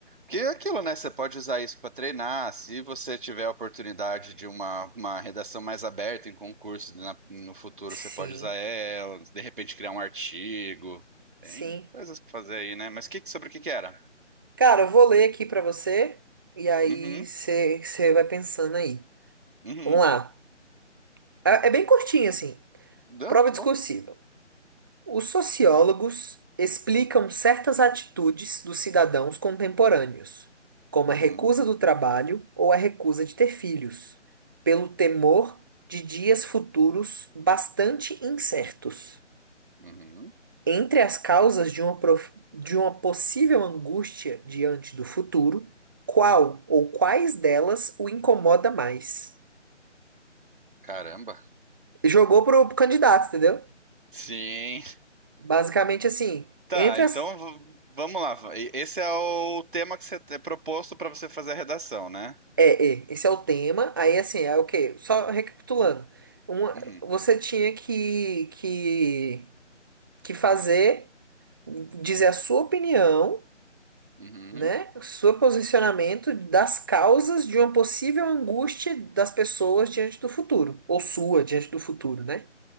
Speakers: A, on the right (about 45°); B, on the right (about 15°).
A: que é aquilo, né? Você pode usar isso para treinar. Se você tiver a oportunidade de uma, uma redação mais aberta em concurso na- no futuro,
B: Sim.
A: você pode usar ela. De repente criar um artigo. Tem
B: Sim.
A: coisas para fazer aí, né? Mas que, que- sobre o que que era?
B: Cara, eu vou ler aqui pra você e aí
A: Uhum,
B: você você vai pensando aí.
A: uhum.
B: Vamos lá. É é bem curtinho assim.
A: Deu,
B: Prova
A: tá
B: discursiva.
A: bom.
B: Os sociólogos explicam certas atitudes dos cidadãos contemporâneos, como
A: Uhum,
B: a recusa do trabalho ou a recusa de ter filhos, pelo temor de dias futuros bastante incertos.
A: uhum.
B: Entre as causas de uma, prof- de uma possível angústia diante do futuro, qual ou quais delas o incomoda mais?
A: Caramba.
B: Jogou pro, pro candidato, entendeu?
A: Sim.
B: Basicamente assim,
A: Tá,
B: entre
A: então
B: as.
A: v- vamos lá. E- Esse é o tema que você é proposto para você fazer a redação, né?
B: É, é, esse é o tema. Aí assim, é o quê? Só recapitulando. Uma,
A: Uhum,
B: você tinha que, que, que fazer, dizer a sua opinião.
A: uhum.
B: né? O seu posicionamento das causas de uma possível angústia das pessoas diante do futuro, ou sua diante do futuro, né?